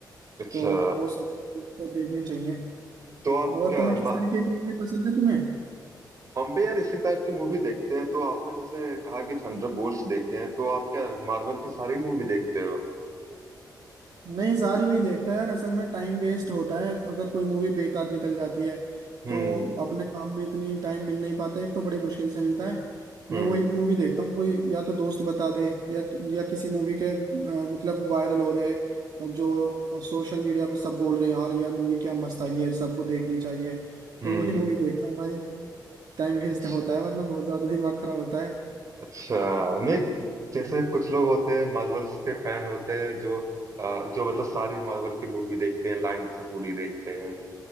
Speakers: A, on the right; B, on the right.
A: अच्छा
B: तो वो सब तो देखनी चाहिए
A: तो आप
B: और
A: क्या
B: तुम्हें
A: म-
B: किस तरीके की मूवी पसंद है तुम्हें
A: हम भी यार इसी टाइप की मूवी देखते हैं तो आपने जैसे कहा कि थंडरबोल्ट्स देखे हैं तो आप क्या मार्वल की सारी मूवी देखते हो
B: नहीं सारी नहीं देखता यार असल में टाइम वेस्ट होता है अगर कोई मूवी बेकार निकल जाती है
A: हम्म
B: तो अपने काम में इतनी टाइम मिल नहीं पाता है एक तो बड़ी मुश्किल से मिलता है
A: हम्म
B: मैं वही मूवी देखता हूँ कोई या तो दोस्त बता दे या या किसी मूवी के अ, मतलब वायरल हो जाए जो सोशल मीडिया पे सब बोल रहे हैं यार यह मूवी क्या मस्त आई है सबको देखनी चाहिए
A: हम्म
B: तो वही मूवी देखता हूँ भाई टाइम वेस्ट
A: अच्छ-
B: होता है वरना बहुत ज्यादा दिमाग खराब होता
A: अच्छा नहीं जैसे
B: है
A: कुछ लोग होते हैं मार्वल्स के फैन होते हैं जो अ, जो मतलब सारी मार्वल की मूवी देखते हैं लाइन से पूरी देखते हैं